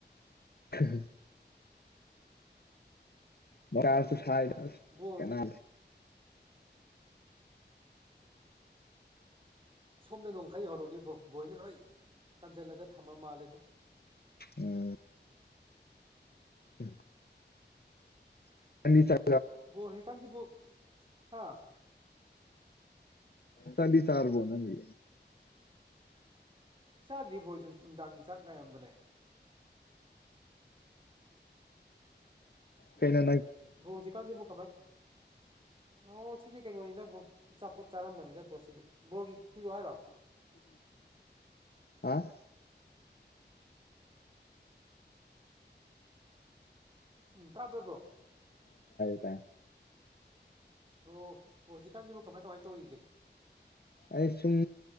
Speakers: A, on the left; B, on the right.
A: ꯍ ꯃꯣꯔꯁꯨ ꯁꯥꯏ
B: ꯕ꯭ꯔꯣ
A: ꯀꯩꯅ
B: ꯁꯣꯝꯗ ꯅꯣꯡꯈꯩ ꯌꯍꯜꯔꯛꯅꯦ ꯕ꯭ꯔꯣ ꯕ꯭ꯔꯣꯏ ꯍꯅ ꯂꯣꯏ ꯀꯟꯁꯤꯜꯂꯒ ꯊꯝꯃ ꯃꯥꯜꯂꯦꯗ
A: ꯎꯝ <inaudible> <unintelligible>
B: ꯍ‌ꯣ ꯍꯧꯖꯤꯀꯥꯟꯗꯤꯕꯣ ꯍꯥ
A: ꯇꯗꯤ ꯆꯔꯕꯣꯅꯒꯤ
B: ꯆꯥꯗ꯭ꯔꯤꯕꯣꯏꯁꯨ ꯅꯨꯡꯗꯥꯡꯒꯤ ꯆꯥꯛ ꯉꯥꯏꯔꯝꯕꯅꯦ
A: ꯀꯩꯅ
B: ꯔꯣꯖꯤ ꯀꯔꯁꯤꯦꯕꯣ ꯀꯥꯕꯥ ꯑꯣ ꯁꯤꯗꯤ ꯀꯩꯅꯣꯅꯤꯕ꯭ꯔꯣꯆꯥꯄꯣꯠ ꯆꯥꯔꯝꯕꯅꯤꯕ꯭ꯔꯣ ꯁꯤꯗꯤ ꯕ꯭ꯔꯣꯒꯤ ꯄꯤꯔꯛꯑꯣ ꯍꯥꯏꯔꯣ
A: ꯍꯥꯥ
B: ꯎꯝ ꯄꯨ꯭ꯔꯥꯕ꯭ꯔꯥꯕ꯭ꯔꯣ
A: ꯦ
B: ꯑꯣ ꯍꯧꯖꯤꯛꯀꯥꯟꯁꯤꯕꯨ ꯀꯃꯥꯏ ꯀꯃꯥꯏꯅ ꯇꯧꯔꯤꯒꯦ
A: ꯑꯩ ꯁꯨꯝ